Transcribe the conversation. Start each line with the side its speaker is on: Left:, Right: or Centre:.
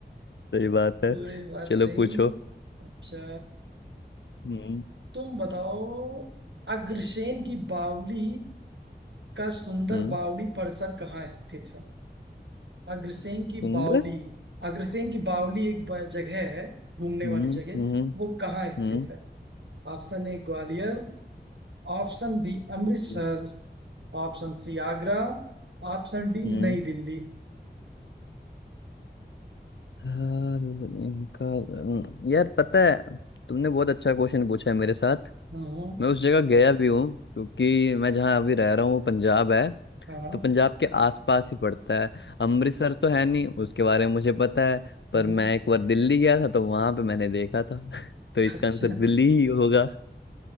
Left: बात है
Right: कोई बात
Left: चलो
Right: नहीं
Left: पूछो
Right: अच्छा
Left: हम्म
Right: तुम बताओ अग्रसेन
Left: हम्म
Right: की बावली का सुंदर
Left: हम्म
Right: बावड़ी परिसर कहाँ स्थित है अग्रसेन की
Left: सुंदर
Right: बावली अग्रसेन की बावली एक ब- जगह है घूमने
Left: हम्म
Right: वाली जगह
Left: हम्म
Right: वो कहाँ स्थित
Left: हम्म
Right: है Option A Gwalior option B Amritsar
Left: हम्म
Right: option C Agra option D New
Left: हम्म
Right: Delhi
Left: हाँ, इनका अम, यार पता है तुमने बहुत अच्छा क्वेश्चन पूछा है मेरे साथ
Right: हम्म
Left: मैं उस जगह गया भी हूँ क्योंकि मैं जहाँ अभी रह रहा हूँ वो पंजाब है
Right: हाँ
Left: तो पंजाब के आसपास ही पड़ता है अमृतसर तो है नहीं उसके बारे में मुझे पता है पर
Right: हम्म
Left: मैं एक बार दिल्ली गया था तो वहां पे मैंने देखा था <laughs> तो इसका
Right: अच्छा
Left: आंसर दिल्ली ही होगा